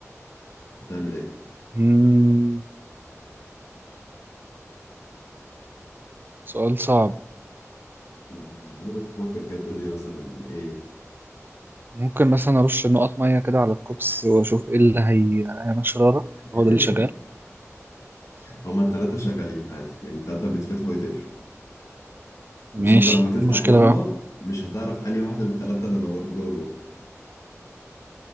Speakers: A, on the left; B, on the right.
A: هتعمل إيه؟
B: امم سؤال صعب
A: أنا عاوزك تفكر كده تقول لي مثلا إيه؟
B: ممكن مثلا ارش نقط ميه كده على الكوبس واشوف ايه اللي هي هيعمل شراره
A: <laughs>
B: هو ده اللي شغال
A: هما التلاتة شغالين عادي يعني التلاتة بيتفتحوا ويتقفلوا
B: ماشي
A: بس انت لما تفتح
B: إيه المشكله
A: لمبة
B: بقى
A: مش هتعرف انهي واحدة من التلاتة اللي نورت جوه الأوضة